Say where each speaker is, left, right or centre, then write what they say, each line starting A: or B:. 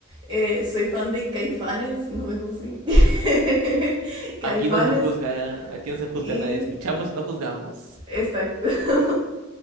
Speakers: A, on the right; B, on the right.
A: Eh, soy fan de Caifanes, no me juzguen. <laughs> Caifanes
B: Aquí no se juzga, aquí no se juzga
A: y...
B: a nadie, escuchamos y no juzgamos.
A: Exacto. <laughs>